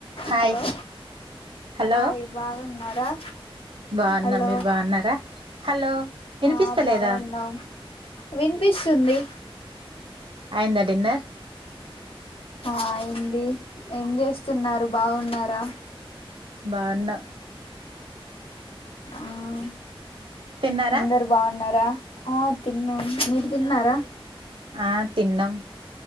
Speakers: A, on the right; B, on the left.
A: హాయ్
B: హలో
A: హలో
B: హాయ్ బాగున్నారా
A: బాగున్నా
B: హలో
A: మీరు బాగున్నారా హలో వినిపిస్తలేదా
B: ఆ బాగున్నాం. వినిపిస్తుంది.
A: అయిందా డిన్నర్
B: ఆ అయింది ఏం చేస్తున్నారు బాగున్నారా
A: బాగున్నం
B: ఆవు
A: తిన్నారా
B: అందరు బాగున్నారా ఆ తిన్నాము మీరు తిన్నారా
A: ఆ తిన్నాం